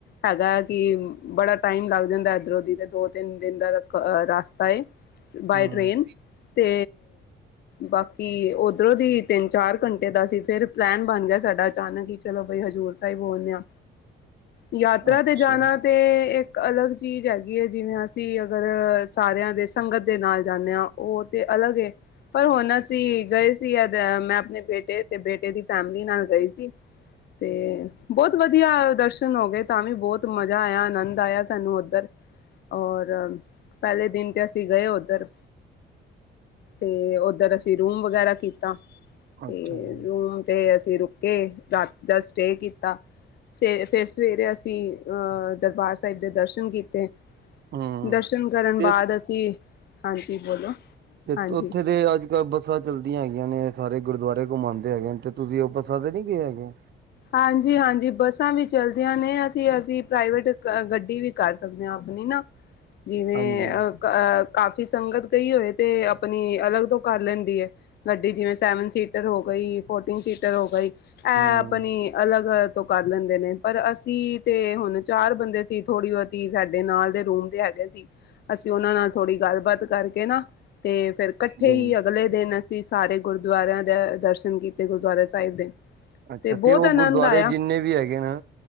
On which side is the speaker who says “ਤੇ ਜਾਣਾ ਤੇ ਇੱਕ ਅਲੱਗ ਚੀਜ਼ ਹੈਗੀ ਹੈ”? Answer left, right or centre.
Left